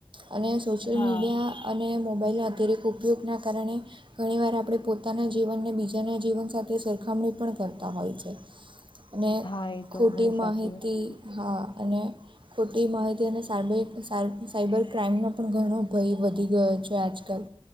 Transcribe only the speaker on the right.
અને સોશિયલ
મીડિયા અને મોબાઈલના અધિરેક ઉપયોગના કારણે ઘણીવાર આપણે પોતાના જીવનને બીજાના જીવન સાથે સરખામણી પણ કરતા હોય છે. અને
ખોટી
માહિતી
હા અને ખોટી માહિતી અને સારમય સાર સાયબર ક્રાઈમનો પણ ઘણો ભય વધી ગયો છે આજકાલ